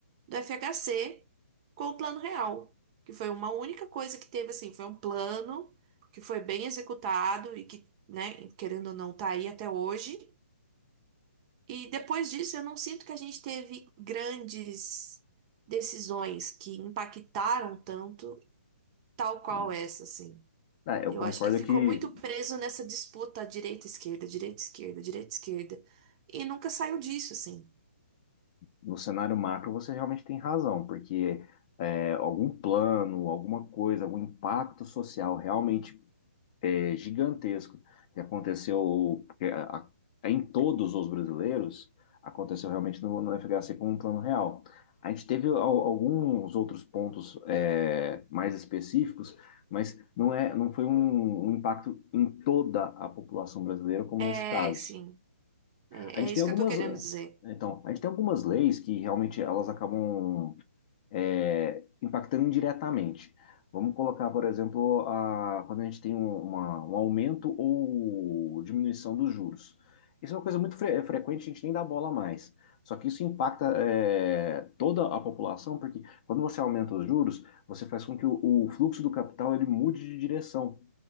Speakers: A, on the right (about 30°); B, on the left (about 35°).
A: do FHC com o Plano Real, que foi uma única coisa que teve, assim, foi um plano que foi bem executado e que, né, querendo ou não, tá aí até hoje e depois disso, eu não sinto que a gente teve grandes decisões que impactaram tanto, tal qual
B: né?
A: essa, assim.
B: Ah, eu
A: Eu
B: concordo
A: acho que ficou
B: que
A: muito preso nessa disputa direita-esquerda, direita-esquerda, direita-esquerda. E nunca saiu disso, assim.
B: no cenário macro você realmente tem razão, porque é, algum plano, alguma coisa, algum impacto social realmente é gigantesco que aconteceu porque a- a- em todos os brasileiros, aconteceu realmente no, no FHC com um plano real. A gente teve al- alguns outros pontos é, mais específicos, mas não é, não foi um, um impacto em toda a população brasileira, como
A: É,
B: nesse caso.
A: sim. É,
B: A gente
A: é
B: tem
A: isso
B: algumas,
A: que eu tô querendo dizer.
B: então, a gente tem algumas leis que realmente elas acabam é, impactando indiretamente. Vamos colocar, por exemplo, a- quando a gente tem um- uma- um aumento ou diminuição dos juros. Isso é uma coisa muito fre- é frequente, a gente nem dá bola mais. Só que isso impacta, é, toda a população, porque quando você aumenta os juros, você faz com que o, o fluxo do capital ele mude de direção.